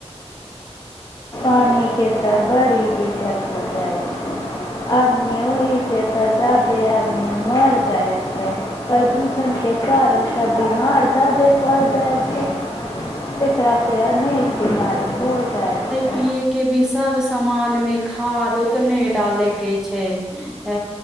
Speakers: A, on the left; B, in the centre.
A: पानीके तऽ बड़ी दिक्कत हो जाइ छै आदमी ओहिसे तऽ जादे आदमी मर जाइ छै प्रदूषणके कारणसँ बीमार जादे पड़ि जाइ छै एकरासे अनेक बीमारी हो जाइत छै
B: पिए के भी सब सामान में खाद उतने डाले के छै अ